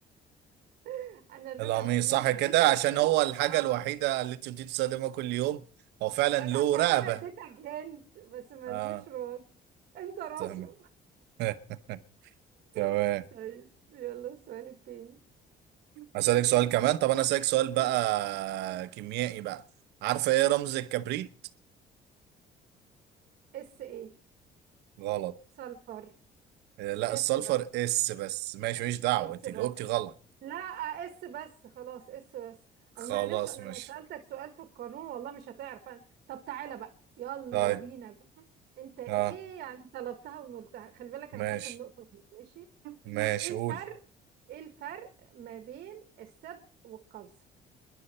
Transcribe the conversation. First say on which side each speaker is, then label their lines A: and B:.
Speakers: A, on the right; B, on the right.
A: <laughs> انا لولا
B: القميص
A: ان
B: صح
A: انا اديتك
B: كده عشان
A: هنت
B: هو الحاجة
A: اه
B: الوحيدة اللي انت بتستخدمها كل يوم هو فعلا
A: أي- عشان
B: له رقبة
A: انا اديتك هنت بس ملوش
B: اه
A: راس انت راسه
B: تمام <laughs> تمام
A: <laughs> طيب يلا السؤال التاني
B: اسألك سؤال كمان طب انا اسألك سؤال بقى كيميائي بقى عارفة ايه رمز
A: ام-
B: الكبريت
A: اس ايه
B: غلط
A: سلفر
B: آه، لا
A: اس
B: السلفر
A: بس
B: اس بس ماشي مش دعوة
A: اس
B: انت
A: بس
B: جاوبتي غلط
A: لا اس بس خلاص اس بس
B: خلاص
A: أما معلش انا
B: ماشي
A: لو سألتك سؤال في القانون والله مش هتعرف أنا... طب تعالى بقى يلا
B: طيب
A: بينا بقى انت ايه
B: اه
A: يعني طلبتها ونلتها خلي بالك
B: ماشي
A: انا خدت النقطة دي ماشي
B: ماشي
A: ايه الفرق
B: قول
A: ايه الفرق ما بين السب والقذف